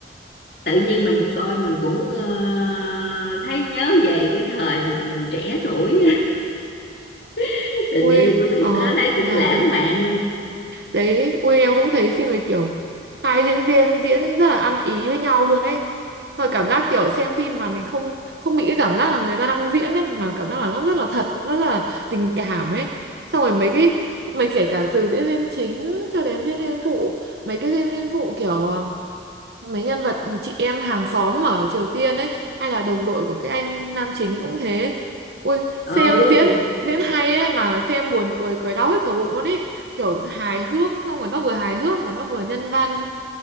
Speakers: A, on the left; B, on the right.
A: tự nhiên mình coi mình cũng ờ, thấy nhớ về cái thời mình mình trẻ tuổi <laughs> tình
B: Ui
A: yêu của tụi
B: ờ
A: nó thấy cũng
B: nhà
A: lãng mạn
B: đấy ui em cũng thấy phim này kiểu hai diễn viên diễn rất là ăn ý với nhau luôn ấy. Thôi cảm giác kiểu xem phim mà mình không không bị cái cảm giác là người ta đang diễn ấy mà cảm giác là nó rất là thật, nó rất là tình cảm ấy. Xong rồi mấy cái mấy kể cả từ diễn viên chính cho đến diễn viên phụ, mấy cái diễn viên phụ kiểu ờ, mấy nhân vật chị em hàng xóm ở Triều Tiên ấy hay là đồng đội của cái anh nam chính cũng thế ui xem
A: ừ
B: diễn diễn hay ấy mà xem buồn cười cười đau hết cả bụng luôn ấy kiểu hài hước xong rồi nó vừa hài hước mà nó vừa nhân văn